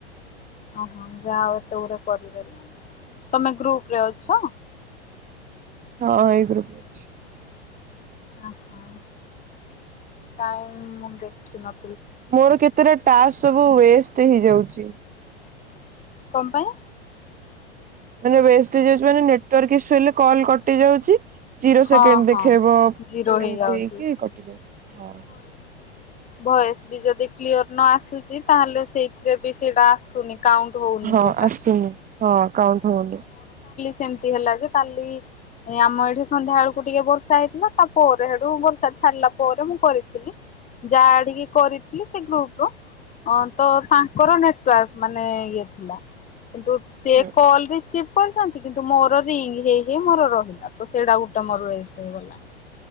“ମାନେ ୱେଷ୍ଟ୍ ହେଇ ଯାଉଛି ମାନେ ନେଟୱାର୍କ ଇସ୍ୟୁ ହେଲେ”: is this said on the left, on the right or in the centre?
Right